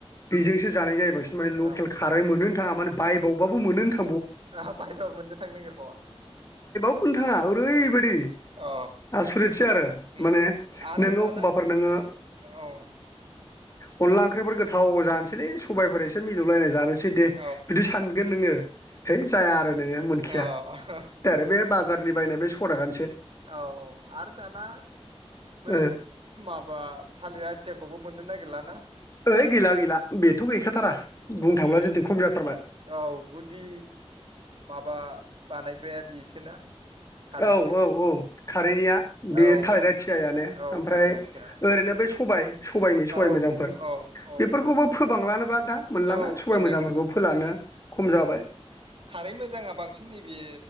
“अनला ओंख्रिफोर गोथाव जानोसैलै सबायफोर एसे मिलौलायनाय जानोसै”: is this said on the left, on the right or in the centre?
Left